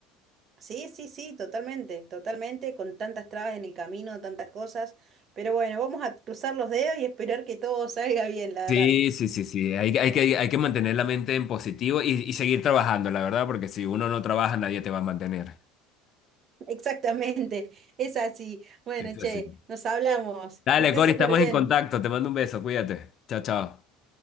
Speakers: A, on the right; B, on the left.
A: Sí, sí, sí, totalmente, totalmente, con tantas trabas en el camino, tantas cosas, pero bueno, vamos a cruzar los dedos y esperar que todo salga bien, la verdad.
B: Sí, sí, sí, sí. Hay, hay que, hay que mantener la mente en positivo y, y seguir trabajando, la verdad, porque si uno no trabaja, nadie te va a mantener.
A: <laughs> Exactamente, es así. Bueno,
B: Es
A: che,
B: así.
A: nos hablamos,
B: Dale,
A: que esté
B: Cori,
A: súper
B: estamos
A: bien.
B: en contacto. Te mando un beso, cuídate. Chao, chao.